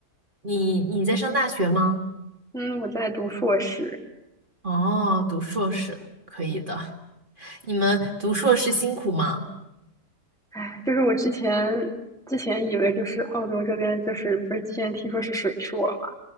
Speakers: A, on the right (about 30°); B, in the centre.
A: 你你在上大学吗？
B: 嗯，我在读硕士，
A: 哦，读硕士，可以的。你们读硕士辛苦吗？
B: 唉，就是我之前之前以为就是澳洲这边就是不是之前听说是水硕嘛，